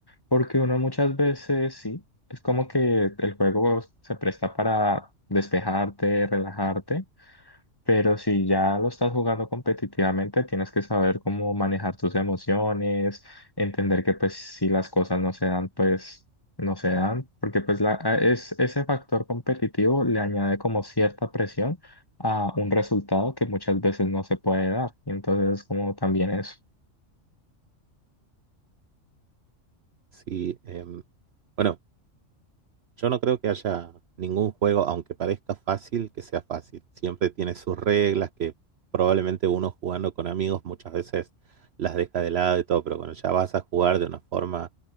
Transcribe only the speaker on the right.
Sí, em, bueno, Yo no creo que haya ningún juego, aunque parezca fácil, que sea fácil. Siempre tiene sus reglas que probablemente uno jugando con amigos muchas veces las deja de lado y todo, pero cuando ya vas a jugar de una forma,